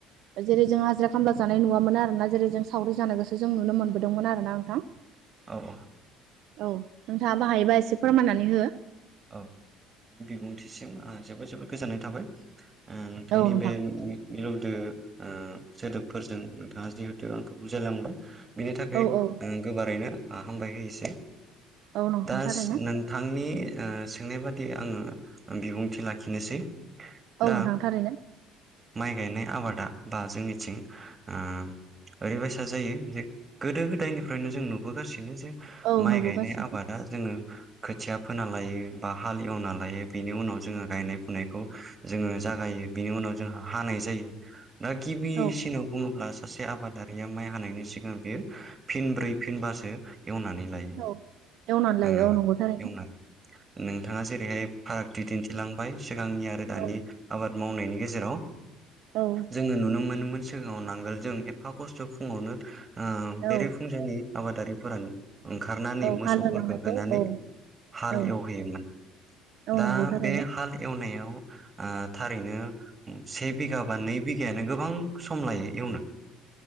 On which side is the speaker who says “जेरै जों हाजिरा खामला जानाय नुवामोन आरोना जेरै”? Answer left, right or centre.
Right